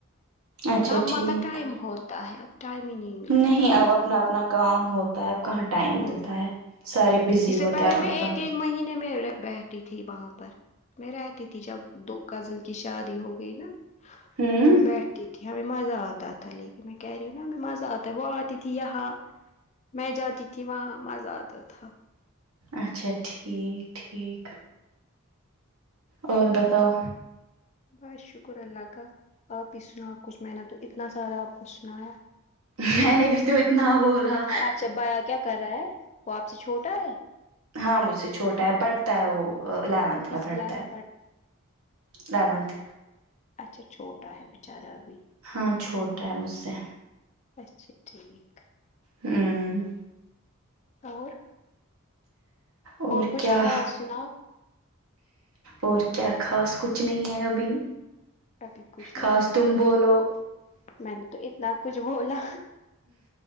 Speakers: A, on the right; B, on the left.
A: اچھا
B: اب
A: ٹھیک
B: مطلب ٹائم ہوتا ہے اب ٹائم ہی ملتا
A: نہیں
B: ہے
A: اب اپنا اپنا کام ہوتا اب کہاں ٹائم
B: ہ
A: ملتا ہے سارے بزی
B: اس سے
A: ہوتے
B: پہلے
A: ہیں اپنے
B: میں ایک
A: کام
B: ایک مہینے میں بیٹھ تھی وہاں پر میں رہتی تھی جب دو کزن کی شادی ہو گئی نا
A: ہوں
B: میں بیٹھتی تھی ہمیں مزہ آتا تھا لیکن میں کرہوں نا ہمیں مزہ آتا ہے ب وہ آتی تھی یہاں میں جاتی تھی وہاں مزہ آتا تھا
A: اچھا ٹھیک ٹھیک اور بتاؤ
B: بس شکر اللہ کا آپ ہی سنا کچھ میں نے تو اتنا سارا آپ کو سنایا
A: میں نے بھی تو اتنا بولا
B: اچھا بایا کیا کر رہا ہے وہ آپ سے چھوٹا ہے
A: ہاں مجھ سے چھوٹا ہے پڑھتا ہے وہ الیونتھ
B: کس
A: پڑھتا
B: کلاس
A: ہے
B: میں
A: اونتھ
B: اچھا چھوٹا ہے بیچارا ابھی
A: ہاں چھوٹ ہے مجھ سے
B: اچھا ٹھیک
A: ہاں ہوں
B: اور
A: اور
B: کچھ
A: کیا
B: خاص سناؤ
A: اور کیا خاص کچھ نہیں ہے ابھی
B: ابھی کچھ نہیں
A: خاص تم
B: ہے
A: بولو
B: میں نے تو اتنا کچھ بولا